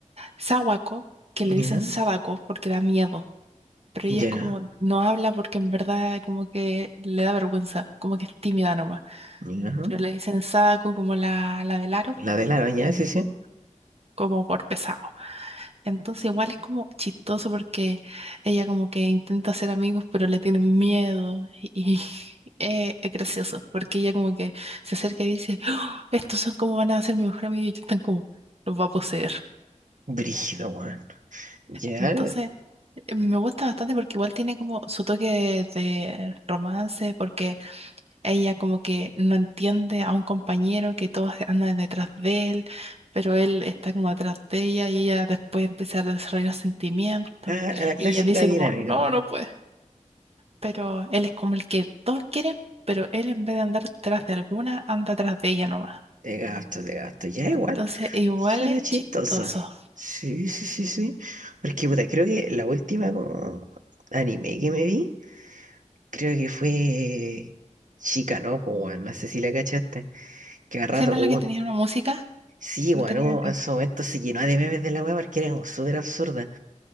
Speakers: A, on the right; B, on the right.
A: Sawako, que le dicen
B: Ya,
A: Sadako porque da miedo, pero ella
B: ya,
A: es como, no habla porque en verdad como que le da vergüenza, como que es tímida nomás,
B: ya.
A: pero le dicen Sadako como la, la del aro,
B: La velaron, ya, sí, sí.
A: como por pesado. Entonces igual es como chistoso porque ella como que intenta hacer amigos pero le tienen miedo y, y <laughs> eh, es gracioso porque ella como que se acerca y dice, "Oh, estos son como van a ser mi mejor amigo y ellos están como, los va a poseer.
B: Brígido, weón. Ya,
A: Entonces eh, me gusta bastante porque igual tiene como su toque de romance porque ella como que no entiende a un compañero que todos andan detrás de él, pero él está como atrás de ella y ella después empieza a desarrollar sentimientos.
B: la, la clásica
A: Y ella dice
B: dinámica,
A: como, no,
B: weón.
A: no puede. Pero él es como el que todos quieren, pero él en vez de andar detrás de alguna, anda atrás de ella nomás.
B: De gasto, de gasto, ya igual.
A: Entonces, igual
B: Suena
A: es
B: chistosa.
A: chistoso.
B: Sí, sí, sí, sí. Porque, puta, creo que la última como anime que me vi, creo que fue Chica, ¿no? Como, no sé si la cachaste. Que a rato
A: ¿Esa no es
B: hubo
A: la que tenía una música?
B: Sí,
A: No
B: bueno,
A: tenía
B: uno
A: una canción.
B: en su momento se llenó de memes de la weá porque era como súper absurda.